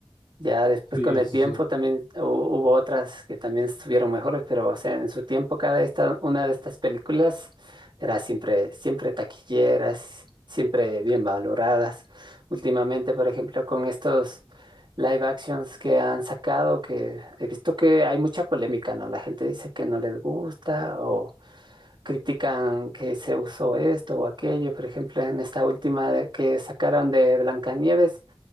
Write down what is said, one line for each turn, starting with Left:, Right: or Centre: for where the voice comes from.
Right: Ya después
Left: Sí,
Right: con el
Left: sí,
Right: tiempo
Left: sí.
Right: también hu- hubo otras que también estuvieron mejores, pero o sea, en su tiempo cada esta, una de estas películas era siempre, siempre taquilleras, siempre bien valoradas. Últimamente, por ejemplo, con estos live actions que han sacado, que he visto que hay mucha polémica, ¿no? La gente dice que no les gusta o critican que se usó esto o aquello. Por ejemplo, en esta última de- que sacaron de Blancanieves.